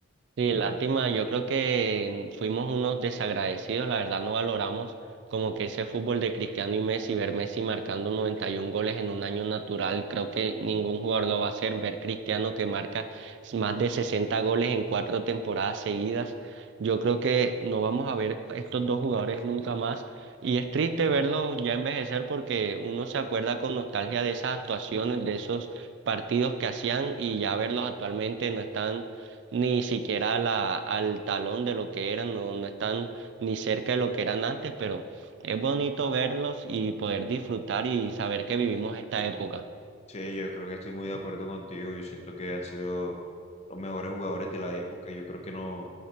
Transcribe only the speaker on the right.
Sí, lástima, yo creo que fuimos unos desagradecidos, la verdad no valoramos como que ese fútbol de Cristiano y Messi, ver Messi marcando 91 goles en un año natural, creo que ningún jugador lo va a hacer, ver Cristiano que marca más de 60 goles en cuatro temporadas seguidas, yo creo que no vamos a ver a estos dos jugadores nunca más y es triste verlos ya envejecer porque uno se acuerda con nostalgia de esas actuaciones, de esos partidos que hacían y ya verlos actualmente no están ni siquiera a la, al talón de lo que eran, no, no están ni cerca de lo que eran antes, pero es bonito verlos y poder disfrutar y saber que vivimos esta época.